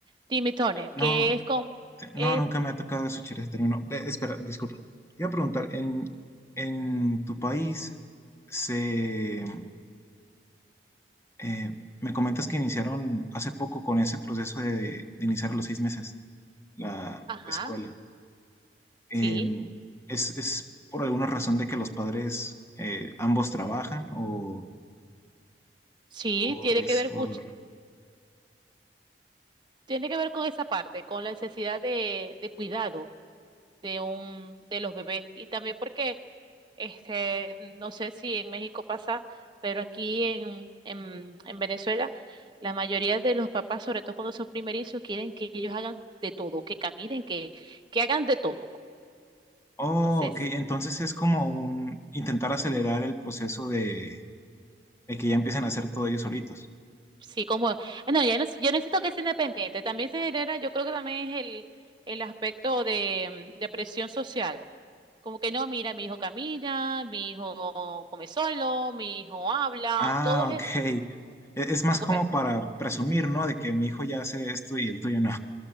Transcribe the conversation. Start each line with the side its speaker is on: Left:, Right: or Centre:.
Right: timitones,
Left: No,
Right: que es con,
Left: te- no,
Right: es,
Left: nunca me ha tocado eso, Chere, termino. Ve, espera, disculpa. Te iba a preguntar, en, en tu país se... eh, me comentas que iniciaron hace poco con ese proceso de, de iniciar a los seis meses la
Right: ajá,
Left: escuela. eh,
Right: sí.
Left: es, es por alguna razón de que los padres eh, ambos trabajan o,
Right: Sí,
Left: o
Right: tiene
Left: es
Right: que ver
Left: por...
Right: mucho, tiene que ver con esa parte, con la necesidad de, de cuidado de un, de los bebés. Y también porque, este, no sé si en México pasa, pero aquí en, en, en Venezuela, la mayoría de los papás, sobre todo cuando son primerizos, quieren que ellos hagan de todo, que caminen, que, que hagan de todo.
Left: Oh,
Right: Entonces,
Left: ok, entonces es como un intentar acelerar el proceso de, de que ya empiecen a hacer todo ellos solitos.
Right: Sí, como, ah, no, ya no, yo necesito que sea independiente. También se genera, yo creo que también es el, el aspecto de, mm, de presión social. Como que no, mira, mi hijo camina, mi hijo come solo, mi hijo habla,
Left: Ah,
Right: todo es
Left: ok. E- Es más
Right: algo
Left: como
Right: pe-
Left: para presumir, ¿no? De que mi hijo ya hace esto y el tuyo no.